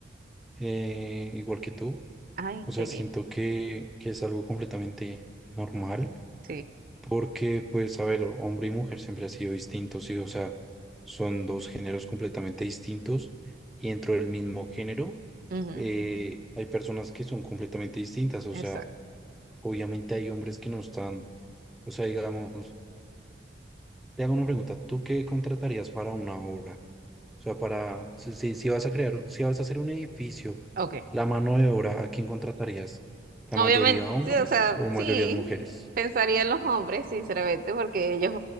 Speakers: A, in the centre; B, on the right (about 50°).
A: eh, igual que tú.
B: Ay,
A: O sea,
B: qué
A: siento
B: lindo.
A: que, que es algo completamente normal
B: Sí.
A: porque, pues, a ver, hombre y mujer siempre han sido distintos, ¿sí? O sea, son dos géneros completamente distintos y dentro del mismo género
B: Ujú,
A: eh, hay personas que son completamente distintas. O
B: Exacto.
A: sea, obviamente hay hombres que no están, o sea, digamos... Te hago una pregunta, ¿tú qué contratarías para una obra? O sea, para, si, si- si vas a crear, un- si vas a hacer un edificio,
B: Ok.
A: la mano de obra, ¿a quién contratarías? ¿La
B: Obviamente,
A: mayoría hombres
B: sí, o sea,
A: o mayoría
B: sí,
A: mujeres?
B: pensaría en los hombres, sinceramente, porque ellos